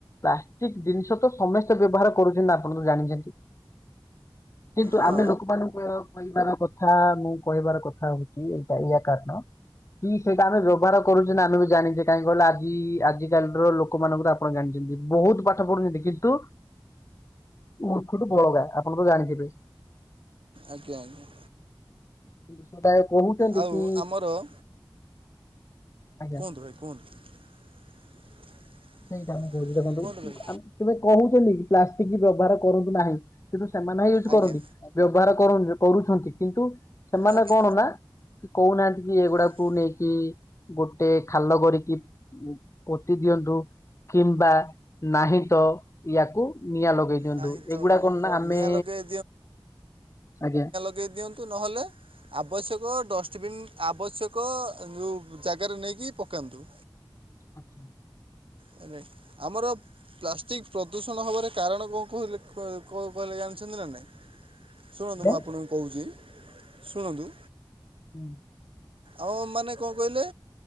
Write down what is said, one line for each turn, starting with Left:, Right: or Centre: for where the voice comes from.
Left: ପ୍ଲାଷ୍ଟିକ ଜିନିଷ ତ ସମସ୍ତେ ବ୍ୟବହାର କରୁଛନ୍ତି ନା ଆପଣ ତ ଜାଣିଛନ୍ତି କିନ୍ତୁ
Right: ହଁ
Left: ଆମେ ଲୋକମାନଙ୍କୁ କହିବାର କଥା ମୁଁ କହିବାର କଥା ହଉଛି ଏଇଟା ଏଇଆ କାରଣ। କି ସେଇଟା ଆମେ ବ୍ୟବହାର କରୁଛ ନା ଆମେ ବି ଜାଣିଛେ କାହିଁକି, କହିଲ ଆଜି ଆଜି କାଲି ର ଲୋକମାନଙ୍କର ଆପଣ ଜାଣିଛନ୍ତି ବହୁତ ପାଠ ପଢୁଛନ୍ତି କିନ୍ତୁ ମୂର୍ଖଠୁ ବଳଗା ଆପଣ ତ ଜାଣିଥିବେ।
Right: ଆଜ୍ଞା ଆଜ୍ଞା।
Left: ସେଟା <unintelligible>
Right: ଆଉ
Left: କି,
Right: ଆମର
Left: ଆଜ୍ଞା।
Right: <unintelligible>
Left: ସେଇଟା ମୁଁ କହୁଛି ଦେଖନ୍ତୁ,
Right: କୁହନ୍ତୁ ଭାଇ
Left: ଆମେ ସେ ବା କହୁଛନ୍ତି ପ୍ଲାଷ୍ଟିକ ବ୍ୟବହାର କରନ୍ତୁ ନାହିଁ। କିନ୍ତୁ ସେମାନେ ହ ୟୁଜ
Right: ଆଜ୍ଞା
Left: କରନ୍ତି, ବ୍ୟବହାର କର-କରୁଛନ୍ତି କିନ୍ତୁ ସେମାନେ
Right: ଆଜ୍ଞା
Left: କଣ ନା କହୁନାହାନ୍ତି କି ଏଗୁଡାକୁ
Right: ଆଜ୍ଞା
Left: ନେଇକି ଗୋଟେ ଖାଲ କରିକି ପୋତି ଦିଅନ୍ତୁ, କିମ୍ବା ନାହିଁ ତ ୟାକୁ ନିଆଁ ଲଗେଇ ନିଅନ୍ତୁ
Right: ନାହିଁ ତ
Left: ଏଇଗୁଡା କଣ ନା ଆମେ
Right: ନିଆଁ ଲଗାଇ
Left: ଆଜ୍ଞା।
Right: ଦେଇ ଦିଅନ୍ତୁ ନହଲେ ଆବଶ୍ୟକ ଡଷ୍ଟବିନ୍ ଆବଶ୍ୟକ ଯଉ ଜାଗାରେ ନେଇକି ପକାନ୍ତୁ।
Left: ଆଚ୍ଛା।
Right: ନାଇଁ ନାଇଁ ଆମର ପ ପ୍ଲାଷ୍ଟିକ୍ ପ୍ରଦୂଷଣ ହବାର କାରଣ କ କହିଲେ କ କ କହିଲେ ଜାଣିଛନ୍ତି ନା ନାଇଁ। ଶୁଣନ୍ତୁ ମୁଁ
Left: ଆଜ୍ଞା
Right: ଆପଣଙ୍କୁ କହୁଛି ସୁଣନ୍ତୁ
Left: ହୁଁ।
Right: ଆଉ ମାନେ କଣ କହିଲେ